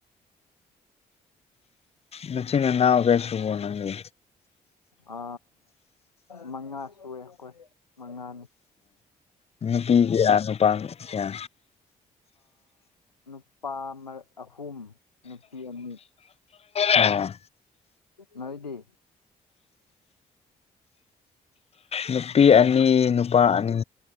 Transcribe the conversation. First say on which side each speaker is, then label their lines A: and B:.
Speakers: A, on the left; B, on the left.
A: ꯃꯆꯤꯅꯦ ꯅꯥꯎ ꯀꯦꯁꯕ ꯅꯪꯗꯤ
B: ꯑ ꯃꯉꯥ ꯁꯨꯑꯦ ꯑꯩꯈꯣꯏ ꯃꯉꯥ
A: ꯎ ꯅꯨꯄꯤ ꯀꯌꯥ ꯅꯨꯄꯥ ꯀꯌꯥ
B: ꯅꯨꯄꯥ ꯑꯍꯨꯝ ꯅꯨꯄꯤ ꯑꯅꯤ
A: ꯑꯣ
B: ꯅꯏꯗꯤ
A: ꯅꯨꯄꯤ ꯑꯅꯤ ꯅꯨꯄꯥ ꯑꯅꯤ